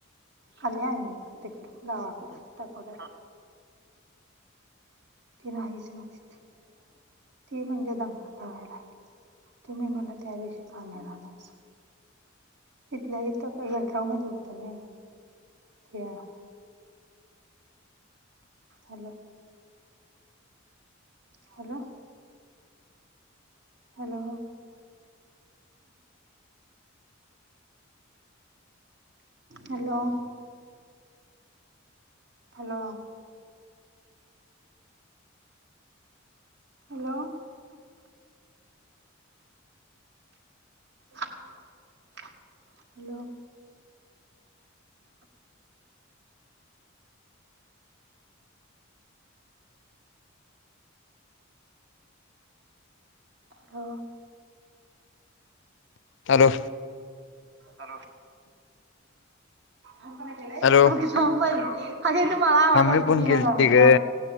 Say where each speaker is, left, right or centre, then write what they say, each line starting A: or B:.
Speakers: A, on the right; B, on the left.
A: आले गावाकड ती राहीच ना ती म्हणजे दंगा करायला लागली तुम्ही मला त्या दिवशी खण्याला आणायच इथल्या इथ यड्राव मध्ये होतं ना त्या
B: <inaudible>
A: hello hello hello hello hello hello
B: <inaudible>
A: hello hello
B: hello
A: hello अपल
B: hello
A: अगे तू मला आ माझं
B: मम्मी
A: ऐकू
B: फोन केलती
A: नाही झालाय
B: ग
A: का